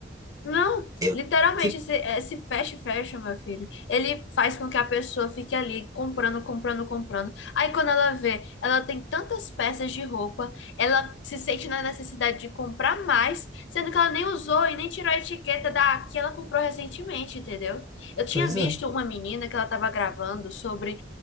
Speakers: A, on the left; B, on the right.
A: Não,
B: eu
A: literalmente,
B: fico.
A: esse, esse fast fashion, meu filho, ele faz com que a pessoa fique ali comprando, comprando, comprando. Aí quando ela vê, ela tem tantas peças de roupa, ela se sente na necessidade de comprar mais, sendo que ela nem usou e nem tirou a etiqueta da que ela comprou recentemente, entendeu? Eu tinha
B: Pois
A: visto
B: é.
A: uma menina que ela estava gravando sobre